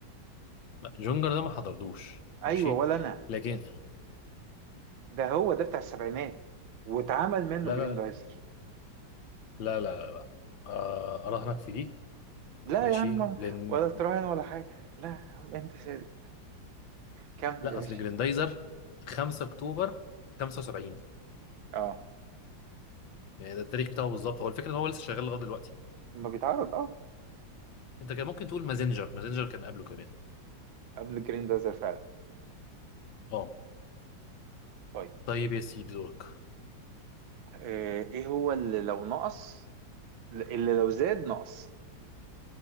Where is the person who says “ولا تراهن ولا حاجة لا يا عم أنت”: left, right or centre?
Right